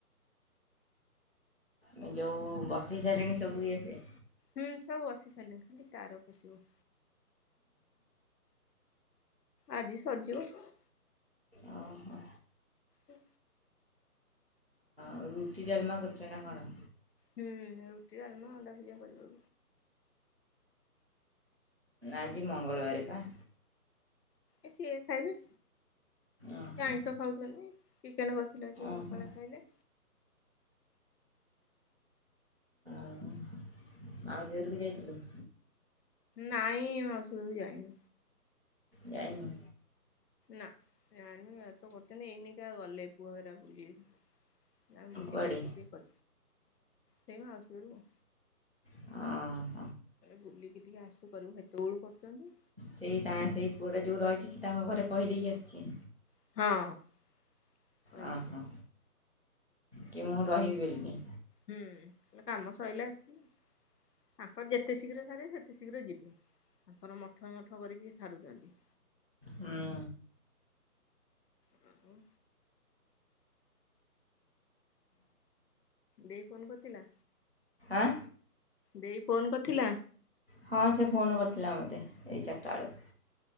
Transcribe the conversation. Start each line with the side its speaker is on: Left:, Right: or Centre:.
Right: ଏଇ ଯେଉଁ ବସେଇ ସାଇଲେଣି ସବୁ ଇଏ ଫିଏ?
Left: ହୁଁ ସବୁ ବସି ସାଇଲାଣି ଖାଲି ତାର ବସିବ। ଆଜି ସରିଯିବ।
Right: ଅ ହ।
Left: ହୁଁ।
Right: ଆଉ ରୁଟି ଡାଲମା କରିଚ ନା କଣ?
Left: ହୁଁ ରୁଟି ଡାଲମା ଅଣ୍ଡାଭୂଜିଆ କରିବ।
Right: ଆଜି ମଙ୍ଗଳବାର ପା।
Left: ଏ ସିଏ ଖାଇବେ।
Right: ଓହୋ
Left: ସେ ଆଇଁଷ ଖାଉଛନ୍ତି ଚିକେନ କରିଥିଲେ ଆଜି ସକାଳେ
Right: ଓହୋ
Left: ଖାଇଲେ।
Right: ଆଉ ମାଉସୀ ଘରକୁ ଯାଇଥିଲୁ?
Left: ନାଇଁ ମାଉସୀ ଘରକୁ ଯାଇନି।
Right: ଯାଇନୁ?
Left: ନା ଯାଇନି ଏ ତ କରୁଥିନି ଏଇନକା ଗଲେ ପୁଅ ହେରା ବୁଲି। ଯାଉନ ବୁଲିକି
Right: କୁଆଡ଼େ
Left: ଆସିବ ଟିକେ କ ସେଇ ମାଉସୀ ଘରକୁ।
Right: ଅ।
Left: ବୁଲିକି ଟିକେ ଆସୁ କରିବୁ ହେତେବେଳୁ କରୁଛନ୍ତି।
Right: ସେଇ ତା ସେଇ ପୁଅଟା ଯେଉଁ ରହିଛି ସେ ତାଙ୍କ ଘରେ କହିଦେଇକି ଆସିଛି।
Left: ହଁ। କହିକି
Right: ଅ ହ
Left: ଆସି
Right: କି ମୁଁ ରହିବି ବଲକି।
Left: ହୁଁ ଲା କାମ ସଇଲେ ଆସିବ। ତାଙ୍କର ଯେତେ ଶୀଘ୍ର ସାରିବେ ସେତେ ଶୀଘ୍ର ଯିବେ ତାଙ୍କର ମଠ ମଠ କରିକି ସାରୁଛନ୍ତି।
Right: ହଁ।
Left: ହଁ। ଦେଇ ଫୋନ କରିଥିଲା।
Right: ଆଁ?
Left: ଦେଇ ଫୋନ କଥିଲା?
Right: ହଁ ସେ ଫୋନ୍ କରିଥିଲା ମୋତେ ଏଇ ଚାରିଟା ବେଳକୁ।